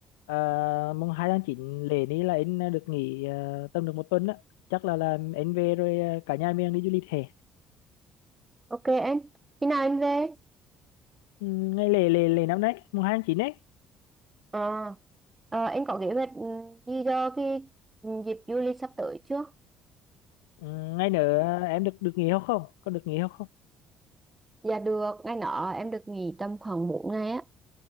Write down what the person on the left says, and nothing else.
À, mùng 2 tháng 9 lễ ní là anh được nghỉ ờ, tầm được một tuần á chắc là là anh về rồi ờ, cả nhà mình đi du lịch hè
Ừ, ngày lễ lễ lễ năm nay mùng 2 tháng 9 ấy
ừ, ngày nữa ờ, em được được nghỉ không không có được nghỉ không không